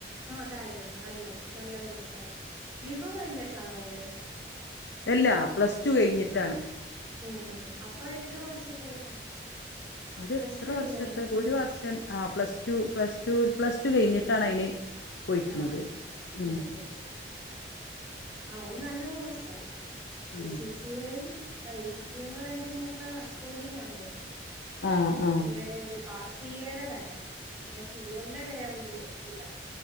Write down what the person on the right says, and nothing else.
ആഹ് കാര്യോണ്ട് നല്ലത് നല്ല കോഴ്സാത് ബീക്കോം കഴിഞ്ഞ <unintelligible> ട്ടാ നാല് വരഞ്ഞേ
ംം അപ്പൊ എത്ര വർഷത്തേക്കാ?
plus
two കഴിഞ്ഞാണെങ്കിൽ
ആഹ് ഉം
ഉം ആ അത് നല്ല കോഴസാത്.
ഐ സി C C എയെം I C C A എന്നറയുമ്പോ മൊത്തം അക്കൗണ്ടിംങാ തോന്നുന്നു.
സി
എയുടെ ഒരു പാ സി എയുടെ തന്നെ പിന്നെ സി എം എ വേറൊരു ഇതാ